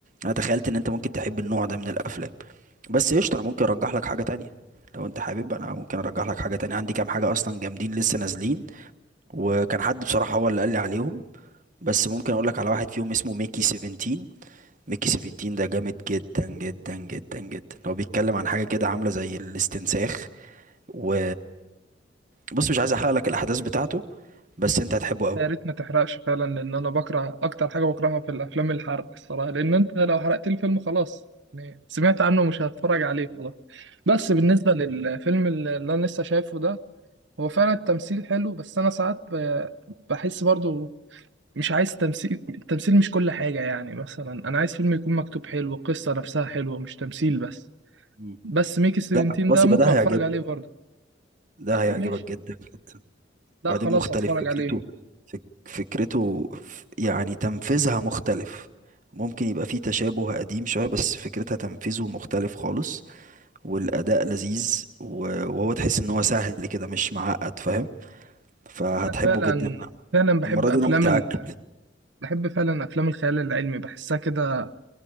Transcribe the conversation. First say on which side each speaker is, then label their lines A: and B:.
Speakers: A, on the right; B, on the right.
A: انا تخيلت ان انت ممكن تحب النوع ده من الافلام بس قشطة انا ممكن ارجح لك حاجة تانية لو انت حابب انا ممكن ارجح لك حاجة تانية عندي كام حاجة اصلا جامدين لسه نازلين وكان حد بصراحة هو اللي قال لي عليهم بس ممكن اقول لك على واحد فيهم اسمه ميكي 17 ميكي 17 ده جامد جدا جدا جدا جدا هو بيتكلم عن حاجة كده عاملة زي الاستنساخ و بص مش عايز احرق لك الاحداث بتاعته بس انت هتحبه قوي
B: يا ريت ما تحرقش فعلا لان انا بكره اكتر حاجه بكرهها في الافلام الحرق الصراحه لان انت لو حرقت لي الفيلم خلاص يعني سمعت عنه ومش هتفرج عليه خلاص بس بالنسبه للفيلم اللي انا لسه شايفه ده هو فعلا التمثيل حلو بس انا ساعات ب- بحس برضو مش عايز تمثيل التمثيل مش كل حاجة يعني مثلا أنا عايز فيلم يكون مكتوب حلو القصة نفسها حلوة مش تمثيل بس
A: مم.
B: بس ميكي 17
A: لا خلاص
B: ده
A: يبقى
B: ممكن
A: ده
B: أتفرج
A: هيعجبك
B: عليه برضه
A: ده
B: لا
A: هيعجبك
B: ماشي
A: جدا جدا
B: لا
A: وبعدين
B: خلاص
A: مختلف
B: هتفرج
A: فكرته
B: عليه
A: فك- فكرته ف- يعني تنفيذها مختلف ممكن يبقى فيه تشابه قديم شوية بس فكرتها تنفيذه مختلف خالص والاداء لذيذ و- وهو تحس ان هو سهل كده مش معقد فاهم فهتحبه
B: أنا فعلا
A: جدا
B: فعلا بحب
A: المره دي
B: أفلام
A: انا متاكد
B: ال... بحب فعلا أفلام الخيال العلمي بحسها كده